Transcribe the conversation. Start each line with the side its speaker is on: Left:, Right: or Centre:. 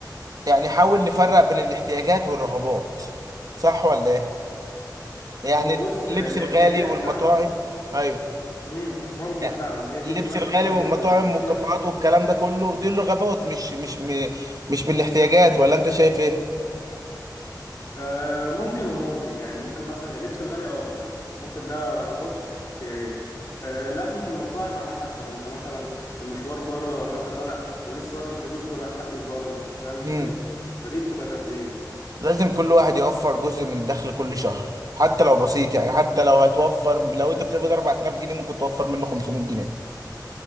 Right: يعني حاول نفرق بين الاحتياجات والرغبات صح ولا ايه يعني
Left: هو بص
Right: اللبس
Left: الاحتياجات
Right: الغالي والمطاعم
Left: فاهمك
Right: ايوه
Left: امم ممكن
Right: يعني
Left: فعلا هي دي
Right: اللبس
Left: بتبقاش
Right: الغالي
Left: احتياجات
Right: والمطاعم
Left: بنخش
Right: والكافيهات
Left: لها
Right: والكلام ده كله دي الرغبات مش مش مش من الاحتياجات ولا انت شايف
Left: آه ممكن وممكن يعني ممكن مثلا اللبس الغالي اه ممكن ده رغبات مش احتياجات آه الاكل في المطاعم على حسب انت مثلا في المشوار بره ولا انت طالع ولسه واكل في بيتك ورايح تاكل بره فاهم ازاي
Right: ايه
Left: فدي بتبقى تبذير
Right: لازم كل واحد يوفر جزء من دخل كل شهر حتى لو بسيط يعني حتى لو هتوفر لو انت بتقبض 4000 جنيه ممكن توفر منه 500 جنيه